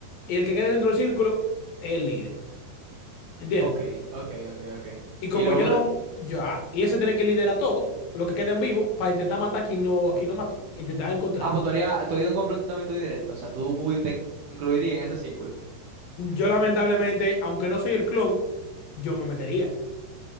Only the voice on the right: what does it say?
Ok, ok, ok, ok.
Y luego,
Ah, pues tú harías, tú harías un confrontamiento directo, o sea, tú te incluirías en ese círculo.